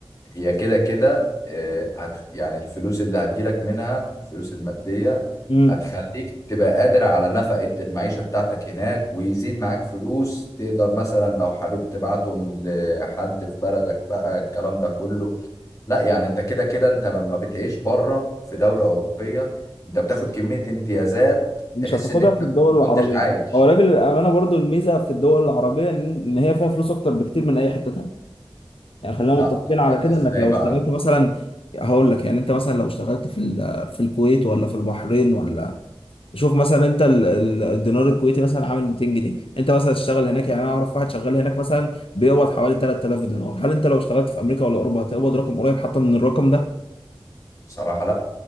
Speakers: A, on the left; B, on the left.
A: هي كده كده آه، هت يعني الفلوس اللي هتجيلك منها الفلوس المادية
B: امم
A: هتخليك تبقى قادر على نفقة المعيشة بتاعتك هناك ويزيد معاك فلوس تقدر مثلا لو حابب تبعتهم لحد في بلدك بقى الكلام ده كله لا يعني انت كده كده انت لما بتعيش بره في دولة أوروبية انت بتاخد كمية امتيازات
B: مش
A: تحس
B: هتاخدها
A: ان انت
B: في الدول
A: ما
B: العربيه
A: كنتش عايش
B: هو راجل الامانه برضو الميزه في الدول العربيه ان إن هي فيها فلوس اكتر بكتير من اي حته تانية يعني خلينا
A: لا
B: متفقين على
A: لا
B: كده
A: ازاي
B: انك لو
A: بقى
B: اشتغلت مثلا هقول لك يعني انت مثلا لو اشتغلت في ال- في الكويت ولا في البحرين ولا شوف مثلا انت ال- ال- الدينار الكويتي مثلا عامل 200 جنيه انت مثلا تشتغل هناك يعني انا اعرف واحد شغال هناك مثلا بيقبض حوالي 3000 دينار هل انت لو اشتغلت في امريكا ولا اوروبا هتقبض رقم قريب حتى من الرقم ده
A: بصراحة لا